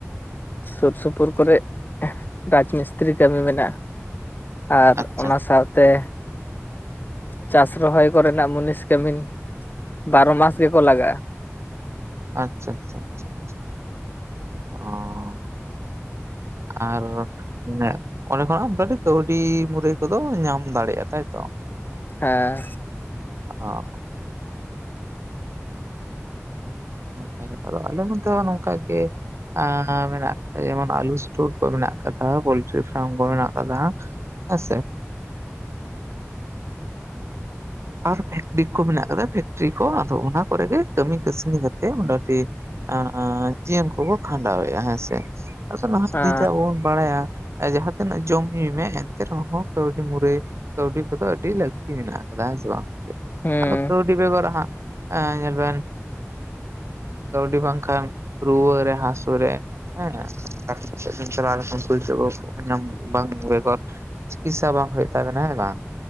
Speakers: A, on the left; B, on the right.
A: ᱥᱩᱨ ᱥᱩᱯᱩᱨ ᱠᱚᱨᱮ ᱨᱟᱡᱢᱤᱥᱛᱨᱤ ᱠᱟᱹᱢᱤ ᱢᱮᱱᱟᱜ-ᱟ ᱟᱨ
B: ᱟᱪᱪᱷᱟ
A: ᱚᱱᱟ ᱥᱟᱶᱛᱮ ᱪᱟᱥ ᱨᱚᱦᱚᱭ ᱠᱚᱨᱮᱱᱟᱜ ᱢᱩᱱᱤᱥ ᱠᱟᱹᱢᱤᱤᱱ ᱵᱟᱨᱚ ᱢᱟᱥ ᱜᱮᱠᱚ ᱞᱟᱜᱟᱜᱼᱟ᱾
B: ᱟᱪᱪᱷᱟ ᱟᱪᱪᱷᱟ ᱟᱪᱪᱷᱟ ᱟᱪᱷᱟ ᱚᱸᱻ ᱟᱨ ᱢᱟᱱᱮ ᱚᱸᱰᱮ ᱠᱷᱚᱱᱟᱜ ᱠᱟᱹᱣᱰᱤ ᱢᱩᱨᱟᱹᱭ ᱠᱚᱫᱚ ᱧᱟᱢ ᱫᱟᱲᱮᱭᱟᱜᱼᱟ ᱛᱟᱭᱛᱚ
A: ᱦᱮᱸ
B: ᱚ ᱱᱟᱯᱟᱭ ᱱᱟᱯᱟᱭ ᱟᱞᱮ ᱱᱚᱛᱮ ᱦᱚᱸ ᱱᱚᱝᱠᱟ ᱜᱮ ᱮ ᱢᱮᱱᱟᱜᱼᱟ ᱡᱮᱢᱚᱱ ᱟᱞᱩ ᱥᱴᱳᱨ ᱠᱚ ᱢᱮᱱᱟᱜ ᱠᱟᱫᱟ ᱯᱳᱞᱴᱨᱤ ᱯᱷᱟᱨᱢ ᱠᱚ ᱢᱮᱱᱟᱜ ᱠᱟᱫᱟ ᱦᱮᱸᱥᱮ ᱟᱨ ᱯᱷᱮᱠᱴᱤᱠ ᱠᱚ ᱢᱮᱱᱟᱜ ᱠᱟᱫᱟ ᱯᱷᱮᱠᱴᱨᱤ ᱠᱚ ᱟᱫᱚ ᱚᱱᱟ ᱠᱚᱨᱮ ᱜᱮ ᱠᱟᱹᱢᱤ ᱠᱟᱹᱥᱱᱤ ᱠᱟᱛᱮᱜ ᱢᱚᱴᱟ ᱢᱩᱴᱤ ᱦᱚᱜ ᱚᱭ ᱡᱤᱭᱚᱱ ᱠᱚᱵᱚ ᱠᱷᱟᱸᱰᱟᱣᱮᱜ-ᱟ ᱦᱮᱸᱥᱮ <unintelligible>
A: ᱦᱮᱸ
B: ᱵᱟᱲᱟᱭᱟ ᱡᱟᱦᱟᱸ ᱛᱤᱱᱟᱹᱜ ᱡᱚᱢ ᱧᱩᱭ ᱢᱮ ᱮᱱᱛᱮ ᱨᱮᱦᱚᱸ ᱠᱟᱹᱣᱰᱤ ᱢᱩᱨᱟᱹᱭ ᱠᱟᱹᱣᱰᱤ ᱠᱚᱫᱚ ᱟᱹᱰᱤ ᱞᱟᱹᱠᱛᱤ ᱢᱮᱱᱟᱜ ᱟᱠᱟᱫᱟ ᱦᱮᱸ ᱥᱮ ᱵᱟᱝ
A: ᱦᱩᱸ
B: ᱟᱫᱚ ᱠᱟᱹᱣᱰᱤ ᱵᱮᱜᱚᱨ ᱦᱟᱸᱜ ᱮ ᱧᱮᱞ ᱵᱮᱱ ᱠᱟᱹᱣᱰᱤ ᱵᱟᱝᱠᱷᱟᱱ ᱨᱩᱣᱟᱹ ᱨᱮ ᱦᱟᱹᱥᱩ ᱨᱮ ᱦᱮᱸ ᱵᱟᱠᱤ ᱠᱟᱛᱮᱫ ᱵᱤᱱ ᱪᱟᱞᱟᱣ ᱞᱮᱠᱷᱟᱱ <unintelligible> ᱵᱟᱝ ᱵᱮᱜᱚᱨ ᱪᱤᱠᱤᱛᱥᱟ ᱵᱟᱝ ᱦᱩᱭᱩᱜ ᱛᱟᱮᱱᱟ ᱦᱮᱸ ᱵᱟᱝ